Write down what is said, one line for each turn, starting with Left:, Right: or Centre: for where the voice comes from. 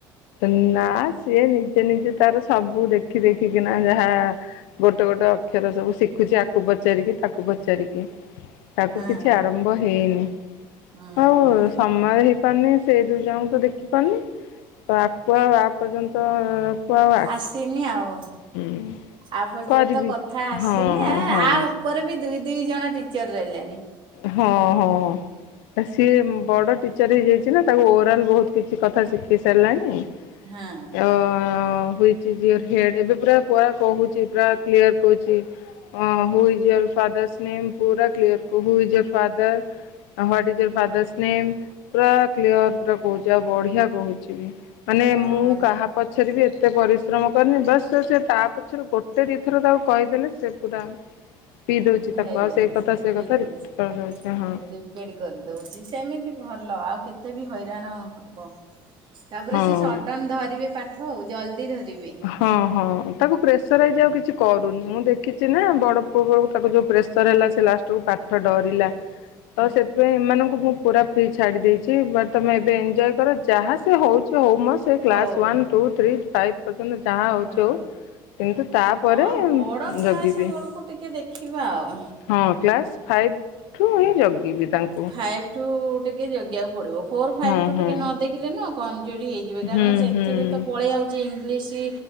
Left: ନା ସିଏ ନିଜେ ନିଜେ ତାର ସବୁ ଦେଖି ଦେଖିକିନା ଯାହା ଗୋଟେ ଗୋଟେ ଅକ୍ଷର ସବୁ ଶିଖୁଛି ଆକୁ ପଚାରିକି ତାକୁ ପଚାରିକି ତାକୁ
Right: ହଁ।
Left: କିଛି ଆରମ୍ ଆମ୍ଭ ହେଇନି
Right: ହୁଁ
Left: ଆଉ
Right: ହୁଁ
Left: ସମୟ ହେଇପାରୁନି ସେଇ ଦୁଇ ଜଣଙ୍କୁ ତ ଦେଖି ପାରୁନି। ତ ଆକୁଆଉ ଆ ପର୍ଯ୍ୟନ୍ତ କୁ ଆଉ
Right: ଆସିନି ଆଉ
Left: ହୁଁ
Right: ଆପର୍ଯ୍ୟନ୍ତ
Left: କରିବି
Right: କଥା ଆସିନି
Left: ହଁ
Right: ଆ ଆ
Left: ହଁ
Right: ଆଉ ଉପରେ ବି ଦୁଇ ଦୁଇ ଜଣ ଟିଚର ରହିଲେଣି।
Left: ହଁ ହଁ ସିଏ ବଡ ଟି ଚର୍ ହେଇଯାଇଛି ନା ତାକୁ ଓଭରଲ୍ ବହୁତ କିଛି କଥା ଶିଖେଇ ସାରିଲାଣି।
Right: ହଁ।
Left: ଅ ହୁଇଚ ଇଜ ୟୋର୍ ହେଡ ଏବେ ପୁରା ପୁରା କହୁଛି ପୁରା କ୍ଲିୟର କହୁଛି। ହଁ who is your father's name ପୁରା clear who is your? Father what is your father's name? ପୁରା କ୍ଲିୟର ପୁରା କହୁଛି ଆଉ ବଢିଆ କହୁଛି ବି ମାନେ
Right: ହଁ
Left: ମୁଁ କାହା ପଛରେ ବି ଏତେ ପରିଶ୍ରମ କରିନି ବାସ୍ ସେ ତା ପଛରେ ଗୋଟ ସେ ଦିଇ ଥର ତାକୁ କହିଦେଲେ ସେ ପୁରା ପିଇ ଦଉଛି ତାକୁ
Right: ହେଇଯାଉଛି
Left: ଆଉ ସେଇ କଥା ସେ
Right: ପିଇ
Left: କଥା
Right: ଦଉଛି।
Left: କରିଦଉଛି ହଁ।
Right: ରିପେଡ କରିଦଉଛି ସେମିତି ଭଲ ଆଉ କେତେ ବି ହଇରାଣ ହବ। ତାପରେ
Left: ହଁ।
Right: ସି ସଡନ ଧରିବେ ପାଠ ଆଉ ଜଲ୍ଦି ଧରିବେ।
Left: ହଁ ହଁ ତାକୁ ପ୍ରେସରାଇଜ ଆଉ କିଛି କରୁନି ମୁଁ ଦେଖିଛି ନା ବଡ ପୁଅକୁ ବେଳ କୁ ତାକୁ ଯୋଉ ପ୍ରେସ ସର୍ ହେଲା ସେ ଲାଷ୍ଟକୁୁ ପାଠ ଡରିଲା।
Right: <inaudible>
Left: ତ ସେଥିପାଇଁ ଏମାନଙ୍କୁ ମୁଁ ପୁରା ଫ୍ରି ଛାଡ଼ି ଦେଇଛି ବଟ ତୁମେ ଏବେ ଏନ୍ଜୟ କର ଯାହା ସେ ହେଉଛି ହଉ ମଷ୍ ସେ class
Right: ହଉ
Left: one two three five ପର୍ଯ୍ୟନ୍ତ ଯାହା ହଉଛି
Right: ହଁ।
Left: ହଉ କିନ୍ତୁ ତାପରେ
Right: ହଁ ବଡ଼ କ୍ଲାସ
Left: ଜଗିବି।
Right: ବେଳକୁ ଟିକେ ଦେଖିବା ଆଉ।
Left: ହଁ କ୍ଲାସ ଫାଇଭ୍ ଠୁ ହିଁ ଜଗିବି। ତାଙ୍କୁ।
Right: ଫାଇଭ ଟୁ ଟିକେ ଜଗିବାକୁ ପଡିବ ଫୋର ଫାଇଭ
Left: ହଁ
Right: ଟୁ
Left: ହଁ
Right: ଟିକେ ନ ଦେଖିଲେ ନ କମଜୋରି ହେଇଯି ଯିବେ କାରଣ
Left: ହୁଁ
Right: ସେଥିରେ
Left: ହୁଁ।
Right: ତ ପଳେଇ ଆଉଛି ଇଂଲିଶ